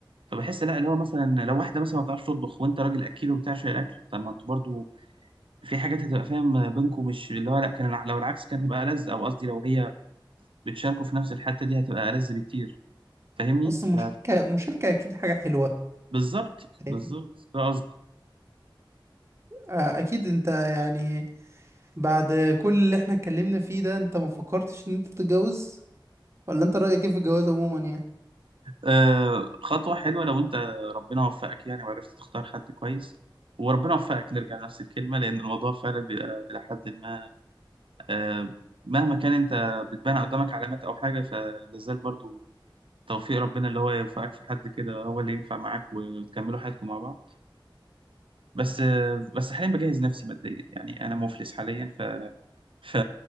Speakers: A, on the right; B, on the right.
A: فبحس لا اللي هو مثلا لو واحده مثلا ما بتعرفش تطبخ وانت راجل اكيل وبتاع شايل الاكل طب ما انتوا برضو في حاجات هتبقى فاهم بينكم مش اللي هو لا كان الع- لو العكس كانت هتبقى ألذ او قصدي لو هي بتشاركوا في نفس الحته دي هتبقى ألذ بكتير فاهمني
B: اصل
A: فبالظبط
B: مشاركة مشاركة اكيد حاجة حلوة
A: بالظبط
B: فاهم
A: بالظبط ده قصدي
B: آه، اكيد انت يعني بعد كل اللي احنا اتكلمنا فيه ده انت ما فكرتش ان انت تتجوز ولا انت رأيك ايه في الجواز عموما يعني
A: آه، خطوة حلوة لو أنت ربنا وفقك يعني وعرفت تختار حد كويس وربنا وفقك نرجع لنفس الكلمة لأن الموضوع فعلا بيبقى إلى حد ما آه، مهما كان أنت بتبان قدامك علامات أو حاجة فلازال برضو توفيق ربنا اللي هو يوفقك في حد كده هو اللي ينفع معاك وتكملوا حياتكم مع بعض بس آه، بس حاليا بجهز نفسي ماديا يعني أنا مفلس حاليا ف ف